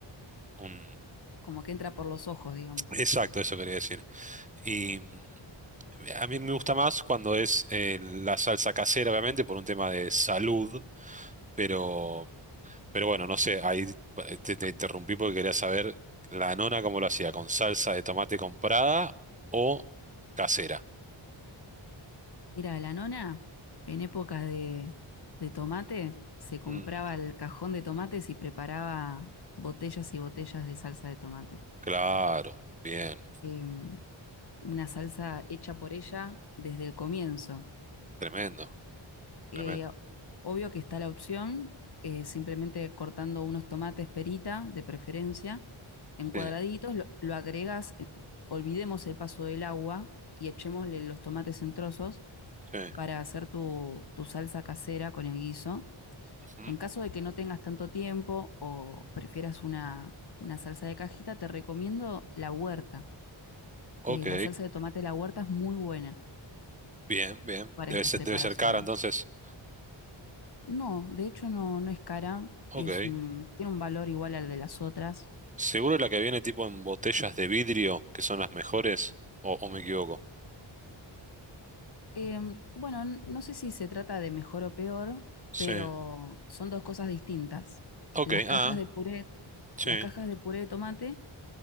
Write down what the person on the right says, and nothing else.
un...
<tsk> Exacto, eso quería decir. Y mm, a mí me gusta más cuando es eh, la salsa casera, obviamente, por un tema de salud, pero, pero bueno, no sé, ahí eh, te, te interrumpí porque quería saber la nona cómo lo hacía, con salsa de tomate comprada o casera.
Mm,
claro, bien,
tremendo,
tremendo.
Sí,
sí,
ujú.
Ok,
bien, bien.
Debe
ser,
debe ser cara entonces.
Ok.
Seguro la que viene tipo en botellas de vidrio, que son las mejores, o, o me equivoco.
Sí.
Ok,
ah,
sí,